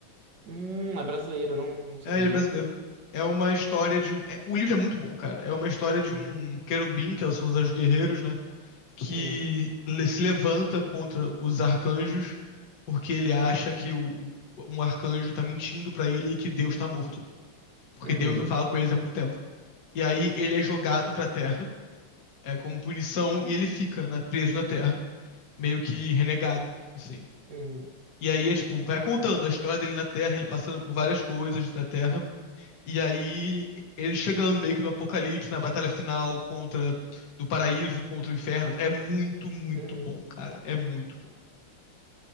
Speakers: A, on the right; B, on the left.
A: Hum, é brasileiro, não, não sabia.
B: É, ele é brasileiro. É uma história de um. é- o livro é muito bom, cara. É uma história de
A: Uhum.
B: um querubim, que são os anjos guerreiros, né? Que
A: Hum.
B: le- se levanta contra os arcanjos porque ele acha que o, um arcanjo tá mentindo pra ele e que Deus tá morto. porque
A: Uhum,
B: Deus não fala com eles há muito tempo. E aí ele é jogado pra Terra, é como punição, e ele fica na- preso na Terra, meio que renegado, assim.
A: uhum,
B: E aí é tipo, vai contando a história dele na Terra, ele passando por várias coisas da Terra, e aí ele chegando meio que no apocalipse, na batalha final contra do paraíso contra o inferno. É muito, muito
A: uhum.
B: bom, cara. É muito bom.